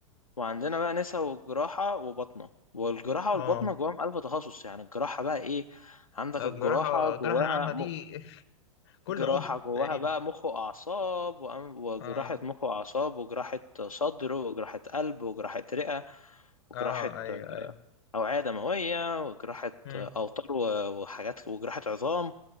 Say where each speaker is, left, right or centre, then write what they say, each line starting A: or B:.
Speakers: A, on the left; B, on the left.
A: وعندنا بقى نسا وجراحة وبطنة والجراحة
B: اه
A: والبطنة جواهم ألف تخصص يعني الجراحة بقى إيه عندك
B: آه،
A: الجراحة
B: الجراحة الجراحة
A: جواها
B: العامة
A: م...
B: دي <laughs> كل
A: جراحة
B: عضو
A: جواها
B: تقريبا
A: بقى مخ وأعصاب وأم... وجراحة
B: اه
A: مخ وأعصاب وجراحة صدر وجراحة قلب وجراحة رئة وجراحة
B: اه ايوه ايوه
A: أوعية دموية وجراحة
B: امم
A: أوتار و... وحاجات وجراحة عظام